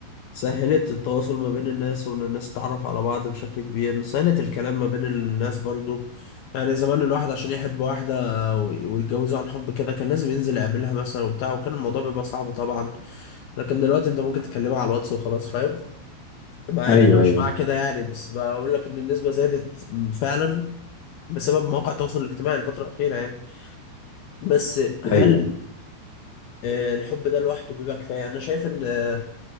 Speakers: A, on the left (about 70°); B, on the left (about 40°).
A: سهلت التواصل ما بين الناس وإن الناس تتعرف على بعض بشكل كبير سهلت الكلام ما بين الناس برضو يعني زمان الواحد عشان يحب واحدة وي- ويتجوزها عن حب كده كان لازم ينزل يقابلها مثلا وبتاع وكان الموضوع بيبقى صعب طبعا لكن دلوقتي أنت ممكن تكلمها على الواتس وخلاص فاهم مع
B: ايوه
A: إن أنا مش
B: ايوه
A: مع كده يعني بس بقول لك إن النسبة زادت فعلا بسبب مواقع التواصل الاجتماعي الفترة الأخيرة يعني بس هل
B: ايوه
A: آه، الحب ده لوحده بيبقى كفاية أنا شايف إن آه،